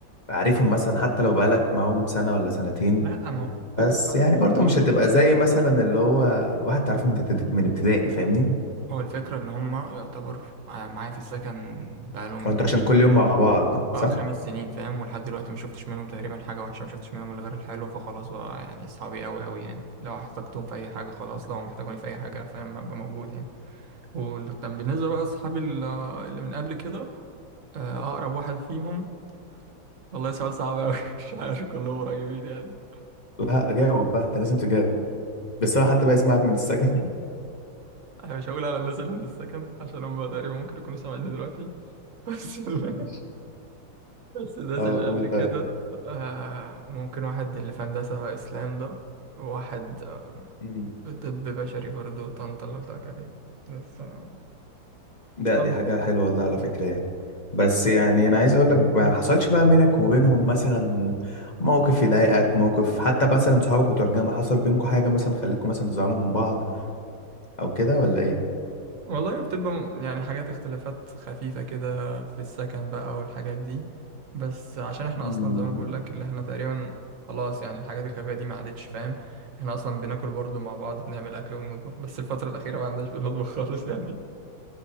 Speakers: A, on the left; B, on the right.
A: عارفهم مثلا حتى لو بقالك معاهم سنه ولا سنتين
B: لا ما هو
A: بس
B: الفكرة بقى
A: يعني
B: إن
A: برضو مش
B: هم
A: هتبقى زي مثلا اللي هو واحد تعرفه من ابتدائي من ابتدائي فاهمني
B: هو الفكرة إن هم يعتبر معايا في السكن بقالهم
A: وانت عشان كل
B: <laughs>
A: يوم مع بعض صح
B: اه خمس سنين فاهم ولحد دلوقتي ما شفتش منهم تقريبا حاجة وحشة ما شفتش منهم إلا غير الحلو فخلاص بقى يعني أصحابي أوي أوي يعني لو احتجتهم في أي حاجة خلاص لو محتاجوني في أي حاجة فاهم أبقى موجود يعني وكان بالنسبة بقى أصحابي ال- اللي من قبل كده آه، أقرب واحد فيهم والله سؤال صعب أوي <laughs> مش عارف كلهم قريبين يعني
A: لا جاوب بقى انت لازم تجاوب بس هو حد بقى يسمعك من السكن <laughs>
B: أنا مش هقول على الناس اللي من السكن عشان هم تقريبا ممكن يكونوا سامعيني دلوقتي <laughs> بس ال-
A: ماشي
B: بس الناس
A: اه
B: اللي
A: قول
B: قبل كده آه، ممكن واحد اللي في هندسة إسلام ده وواحد آه،
A: طيب
B: في طب بشري برضو طنطا اللي قلت لك عليه بس آه.
A: لا
B: <laughs>
A: دي حاجة حلوة والله على فكرة يعني بس يعني أنا عايز أقول لك ما حصلش بقى بينك وبينهم مثلا موقف يضايقك موقف حتى مثلا صحابك بتوع الجامعة حصل بينكم حاجة مثلا خلتكم مثلا تزعلوا من بعض أو كده ولا إيه؟
B: والله بتبقى م- يعني حاجات اختلافات خفيفة كده في السكن بقى والحاجات دي بس عشان احنا
A: مم.
B: اصلا زي ما أنا بقول لك اللي احنا تقريبا خلاص يعني الحاجات الخفيفة دي ما عادتش فاهم احنا اصلا بناكل برضو مع بعض بنعمل اكل ونطبخ بس الفترة الأخيرة ما عندناش بنطبخ <laughs> خالص يعني